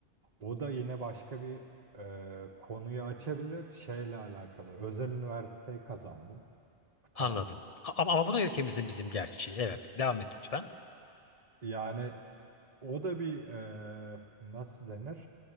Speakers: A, on the right (about 35°); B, on the left (about 35°).
A: o da yine başka bir e, konuyu açabilir. Şeyle alakalı. Özel üniversiteyi kazandım. Tamam.
B: anladım. A- Ama, ama bu da ülkemizin bizim gerçeği. Evet, devam et lütfen.
A: Yani o da bir e, nasıl denir?